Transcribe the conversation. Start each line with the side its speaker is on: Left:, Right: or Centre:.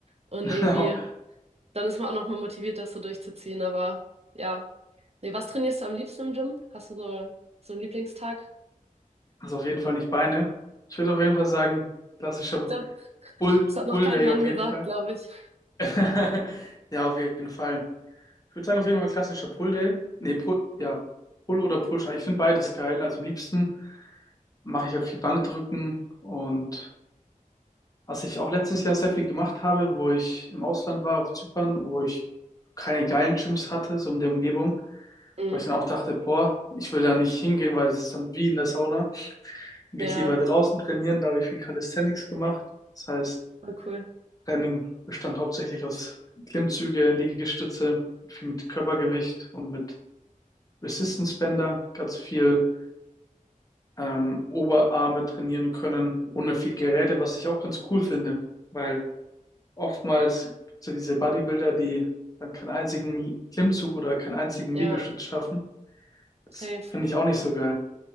Right: und
Left: <laughs>
Right: irgendwie,
Left: Genau.
Right: dann ist man auch nochmal motiviert, das so durchzuziehen. Aber ja, nee, was trainierst du am liebsten im Gym? Hast du so, so einen Lieblingstag?
Left: Also auf jeden Fall nicht Beine. Ich würde auf jeden Fall sagen, klassischer
Right: Ich glaube, <laughs>
Left: Pull,
Right: das hat
Left: Pull
Right: noch kein
Left: Day
Right: Mann
Left: auf jeden
Right: gesagt,
Left: Fall.
Right: glaube ich.
Left: <laughs> Ja, auf jeden Fall. Ich würde sagen, auf jeden Fall klassischer Pull Day. Nee, Pull, ja, Pull oder Push. Ich finde beides geil. Also am liebsten mache ich halt viel Bankdrücken und Was ich auch letztes Jahr sehr viel gemacht habe, wo ich im Ausland war, auf Zypern, wo ich keine geilen Gyms hatte, so in der Umgebung,
Right: Mhm.
Left: wo ich dann auch dachte, boah, ich will da nicht hingehen, weil das ist dann wie in der Sauna. Dann
Right: Ja.
Left: gehe ich lieber draußen trainieren, da habe ich viel Calisthenics gemacht. Das heißt,
Right: Voll cool.
Left: Training bestand hauptsächlich aus Klimmzüge, Liegestütze, viel mit Körpergewicht und mit Resistance Bänder, ganz viel ähm, Oberarme trainieren können, ohne viel Geräte, was ich auch ganz cool finde, weil Oftmals gibt es ja diese Bodybuilder, die dann keinen einzigen Klimmzug oder keinen einzigen
Right: Ja,
Left: Liegestütz schaffen. Das
Right: safe.
Left: finde ich auch nicht so geil.